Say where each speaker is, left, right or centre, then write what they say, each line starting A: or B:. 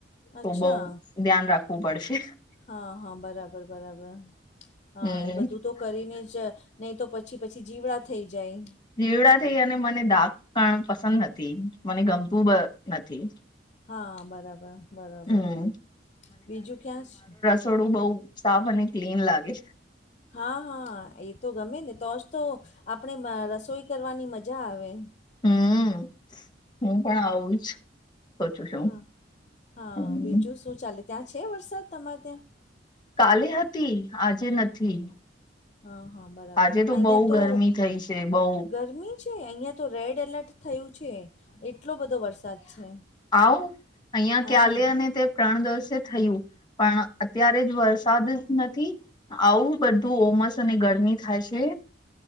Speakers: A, on the left; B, on the left.
A: તો
B: અચ્છા
A: બઉ ધ્યાન રાખવું પડશે.
B: હા હા બરાબર બરાબર, હા
A: હમ
B: એ બધું તો કરીને જ નહીં તો પછી પછી જીવડા થઈ જાય.
A: જીવડા થઈ અને મને દાગ પણ પસંદ નથી. મને ગમતું બ નથી.
B: હા બરાબર-બરાબર.
A: હમ
B: બીજું ક્યાં છ
A: થોડું બહુ સાફ અને ક્લીન લાગે.
B: હા, હા એ તો ગમે ને. તો જ તો આપણે મ રસોઈ કરવાની મજા આવે.
A: હમ્મ. હું પણ આવું જ સોચું છું.
B: હા હા.
A: હમ
B: બીજું શું ચાલે? ત્યાં છે વરસાદ તમારે ત્યાં?
A: કાલે હતી, આજે નથી.
B: હા, હા બરાબર.
A: આજે
B: અહિયાં
A: બહુ
B: તો
A: ગરમી થઈ છે બહુ
B: ગરમી છે, અહિયાં તો રેડ એલર્ટ થયું છે. એટલો બધો વરસાદ છે.
A: આવું? અહીયાં
B: હા
A: ક્યાલે અને તે ત્રણ દિવસે થયું. પણ અત્યારે જ વરસાદ જ નથી. આવું બધું ઓમસ અને ગરમી થાય છે.